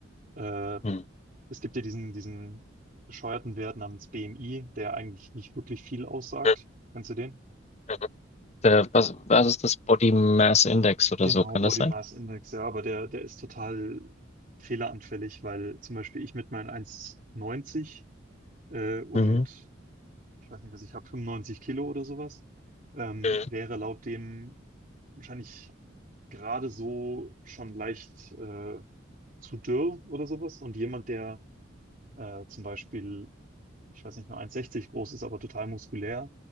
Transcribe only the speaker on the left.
Hm.
Mhm.
Mhm. Der, was, was ist das Body Mass Index oder
so? Kann
das sein?
Mhm.
Mhm.